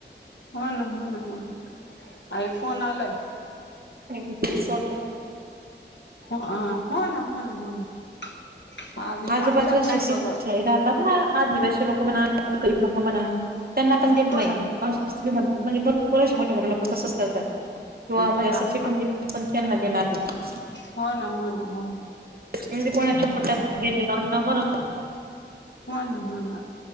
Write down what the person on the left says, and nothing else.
हो ना हो ना हो ना, आई फोन आलाय.
हा, हो ना हो ना हो ना आणि
आमच्यात नाही
बघ
हो
ना
टाक
हो ना हो ना हो ना.
हो ना हो ना.